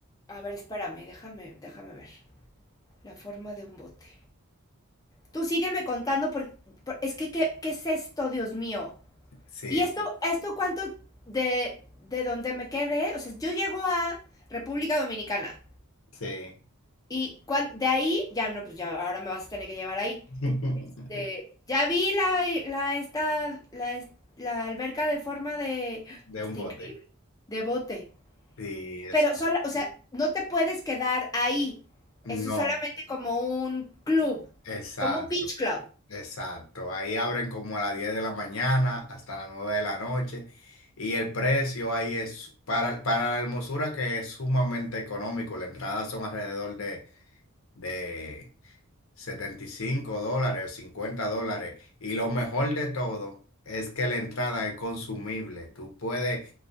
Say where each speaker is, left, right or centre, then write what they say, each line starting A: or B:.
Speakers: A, on the left; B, on the left.
A: a ver, espérame, déjame, déjame ver. La forma de un bote. Tú sígueme contando porque es que ¿qué, qué es esto, Dios mío?
B: Sí,
A: ¿Y esto esto cuánto de de donde me quedé? O sea, yo llego a República Dominicana
B: sí,
A: y cuan- de ahí ya no pues ya ahora me vas a tener que llevar ahí.
B: <laughs>
A: Este, ya vi la la esta la, es- la alberca de forma de <gasps> ¡ah!
B: de
A: está
B: un bote.
A: increíble. De bote.
B: Sí, eso.
A: Pero sola, o sea, no te puedes quedar ahí.
B: No,
A: Eso es solamente como un club,
B: exacto.
A: como un beach club.
B: Exacto, ahí abren como a las 10 de la mañana hasta las 9 de la noche y el precio ahí es para, para la hermosura que es sumamente económico, la entrada son alrededor de, de 75 dólares o 50 dólares y lo mejor de todo es que la entrada es consumible, tú puedes,